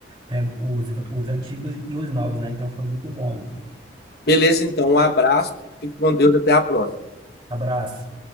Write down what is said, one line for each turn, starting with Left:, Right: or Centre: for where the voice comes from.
Right: é, os, os antigos e os novos, né? Então foi muito bom.
Left: Beleza, então, um abraço, fique com Deus, até a próxima.
Right: Abraço.